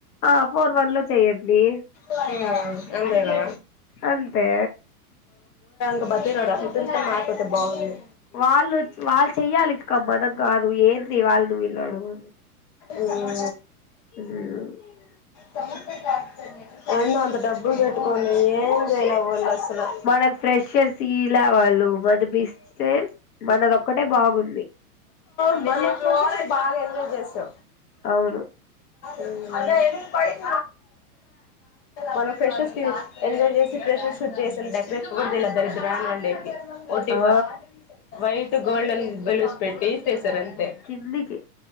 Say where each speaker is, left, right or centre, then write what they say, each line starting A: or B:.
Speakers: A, on the left (about 80°); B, on the left (about 15°).
A: ఆ ఫోర్ వన్ లో చేయ్యండి
B: హ్మ అంతేగదా
A: అంతే
B: క్ బతిగడ సు ప్రిన్సిపాల్ మారిపోతే భాగుండ్ను
A: వాళ్ళు చ్ వాళ్ళు చెయ్యాలిక్క మనం గాదు ఏంది వాళ్ళనీ వీల్ని అడుగు
B: ఉ మ్
A: మ్
B: సమర్థకార్చర్్యలు ఏం అంత డబ్బు పెట్టుకొని ఏం చెయ్ లా వాళ్ళస్ సలు
A: మనకు ఫ్రెషర్స్ ఇలా వాళ్ళు మనమిస్తే మనది ఒక్కటే బాగుంది
B: <unintelligible> బాగా ఎంజాయ్ చేశా
A: అవును
B: ఉమ్ పైస మనం ఫ్రెషర్స్ తివి ఎంజాయ్ చేసి ఫ్రెషెస్ చేసాం డెకరేషన్ కూడా చెయ్ లా దరిద్రానండి ఓటివ
A: ఆ
B: వైట్ ట్ గోల్డన్ బెలూస్ పెట్టి చేశారన్ తే
A: కిందికి